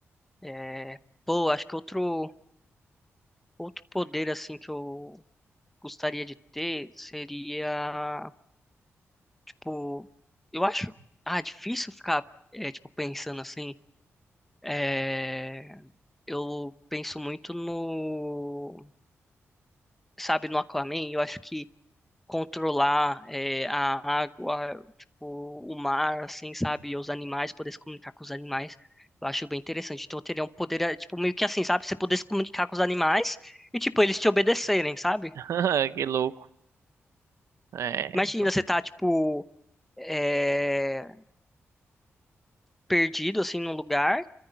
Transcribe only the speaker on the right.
<laughs> Que louco. É,
então,